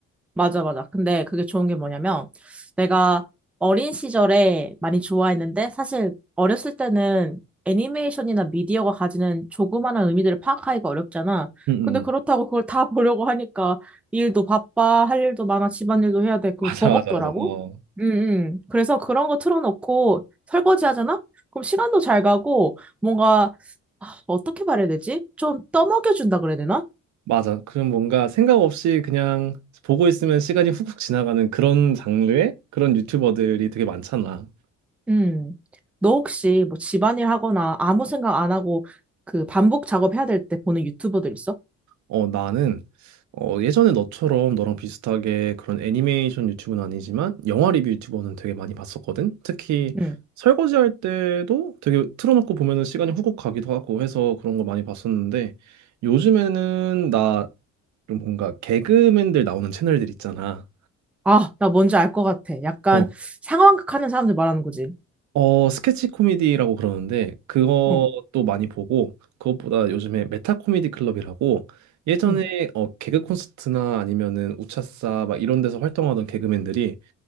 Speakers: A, in the centre; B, on the right.
A: 맞아, 맞아. 근데 그게 좋은 게 뭐냐면, 내가 어린 시절에 많이 좋아했는데, 사실 어렸을 때는 애니메이션이나 미디어가 가지는 조그마한 의미들을 파악하기가 어렵잖아.
B: 응, 응.
A: 근데
B: 응.
A: 그렇다고 그걸 다 <laughs> 보려고 하니까, 일도 바빠, 할 일도 많아, 집안일도 해야 돼. 그거
B: 맞아,
A: 버겁더라고.
B: 맞아, 맞아. 어.
A: 음, 음. 그래서 그런 거 틀어놓고 설거지 하잖아? 그럼 시간도 잘 가고, 뭔가, 아, 어떻게 말해야 되지? 좀 떠먹여준다 그래야 되나?
B: 맞아. 그럼 뭔가 생각 없이 그냥 보고 있으면 시간이 훅훅 지나가는 그런 장르의 그런 유튜버들이 되게 많잖아.
A: 음. 너 혹시 뭐 집안일 하거나 아무 생각 안 하고 그 반복 작업해야 될 때 보는 유튜버들 있어?
B: 어, 나는 어, 예전에 너처럼 너랑 비슷하게 그런 애니메이션 유튜브는 아니지만 영화 리뷰 유튜버는 되게 많이 봤었거든. 특히
A: 응.
B: 설거지할 때도 되게 틀어놓고 보면은 시간이 훅훅 가기도 하고 해서 그런 거 많이 봤었는데 요즘에는 나좀 뭔가 개그맨들 나오는 채널들 있잖아.
A: 아, 나 뭔지 알 것 같아. 약간
B: 어,
A: 상황극 하는 사람들 말하는 거지.
B: 어, 스케치 코미디라고 그러는데 그것도
A: 어.
B: 많이 보고 그것보다 요즘에 메타 코미디 클럽이라고 예전에
A: 응.
B: 어, 개그 콘서트나 아니면은 우차싸 막 이런 데서 활동하던 개그맨들이